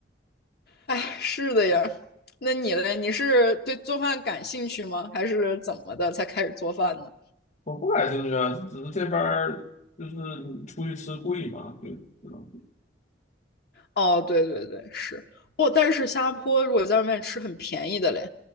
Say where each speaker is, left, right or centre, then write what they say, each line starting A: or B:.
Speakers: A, on the left; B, on the left.
A: 哎，是的呀。那你嘞？你是对做饭感兴趣吗？还是怎么的才开始做饭呢？
B: 我不感兴趣啊，只是这边儿就是你出去吃贵嘛，就只能
A: 哦，对对对，是哦。但是新加坡如果在外面吃很便宜的嘞，